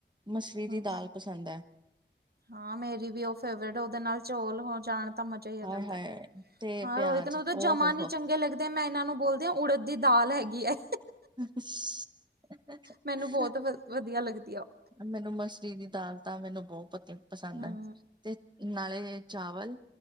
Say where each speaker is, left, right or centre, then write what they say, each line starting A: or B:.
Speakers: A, on the right; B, on the right.
A: ਮਛਰੀ ਦੀ
B: ਹਮ
A: ਦਾਲ ਪਸੰਦ ਐ।
B: ਹਾਂ ਮੇਰੀ ਵੀ ਓ ਫੇਵਰੇਟ ਓਦੇ ਨਾਲ ਚੋਲ ਹੋ ਜਾਣ ਤਾਂ ਮਜ਼ਾ ਈ ਆ
A: ਹਾਏ
B: ਜਾਂਦੈ
A: ਹਾਏ ਤੇ
B: ਹਾਂ
A: ਪਿਆਜ
B: ਰੋਹਿਤ ਨੂੰ ਤਾਂ
A: ਓ
B: ਜਮਾ
A: ਹੋ
B: ਨੀ
A: ਹੋ।
B: ਚੰਗੇ ਲੱਗ ਤੇ ਮੈਂ ਏਨਾਂ ਨੂੰ ਬੋਲਦੀ ਆ ਉੜਦ ਦੀ ਦਾਲ ਹੈਗੀ ਐ।
A: <unintelligible>
B: ਮੈਨੂੰ ਬਹੁਤ ਵ ਵਧੀਆ ਲੱਗਦੀ ਆ
A: ਮੈਨੂੰ ਮਛਰੀ ਦੀ ਦਾਲ ਤਾਂ ਮੈਨੂੰ ਬਹੁਤ ਪਸੰਦ
B: ਹਮ
A: ਐ ਤੇ ਨਾਲੇ ਚਾਵਲ।